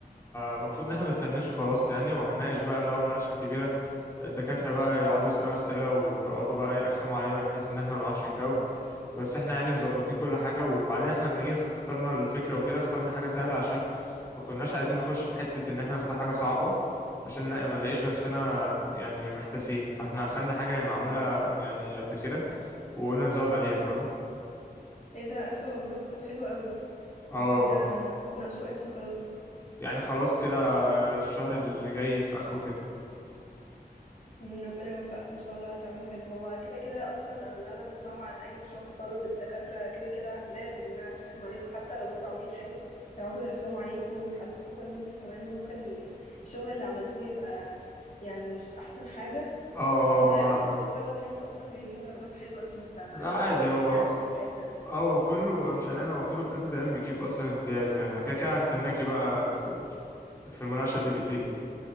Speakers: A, on the left (about 15°); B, on the left (about 50°).
A: المفروض ان احنا بنفنشه خلاص يعني وهنناقش بقى اللي هو مناقشه كبيره الدكاتره بقى يقعدوا يسالونا اسئله ويقعدوا بقى يرخموا علينا بحيث ان احنا ما نعرفش نجاوب بس احنا يعني مظبطين كل حاجه وبعدين احنا لما جينا اخترنا الفكره وكده اخترنا حاجه سهله عشان ما كناش عايزين نخش في حته ان احنا نختار حاجه صعبه عشان لا ما نلاقيش نفسنا يعني محتاسين فاحنا خدنا حاجه هي معموله يعني قبل كده وقلنا نزود عليها فاهمه
B: إيه ده! ألف مبروك، طب حلو أوي.
A: اه
B: ده هتناقشه امتى خلاص
A: يعني خلاص كده الشهر اللي جاي في اخره كده
B: مم، ربنا يوفقك ان شاء الله هتعمله حلو هو كده كده اصلا أنا اللي انا بسمعه عن اي مشروع تخرج الدكاتره كده كده لازم انها ترخم عليكم حتى لو انتوا عاملين حلو هيقعدوا يرخموا عليكم ويحسسوكوا ان انتوا كمان ممكن الشغل اللي عملتوه يبقى يعني مش احسن حاجه
A: اه
B: وفي
A: هما
B: الاخر بتتفاجئوا ان انتوا اصلا جايبين درجات حلوه فيه فيعني
A: لا عادي
B: ما تقلقش
A: هو
B: من الحته دي
A: هو كله انا مش قلقان هو كله في اخر الايام بيجيب اصلا امتياز يعني أنا كده كده هستناكي بقى في في المناقشه تبقي تيجي